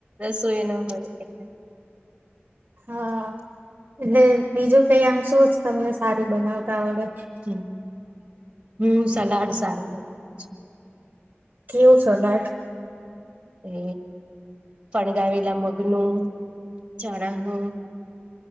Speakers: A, on the right (about 25°); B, on the right (about 45°).
A: રસોઈ ન હોય એટલે
B: હા એટલે બીજું કઈ આમ શું જ તમને સારું બનાવતા આવડે
A: હ હું સલાડ સારું બનાવું છું
B: કેવું સલાડ
A: એ ફણગાવેલા મગનું ચણાનું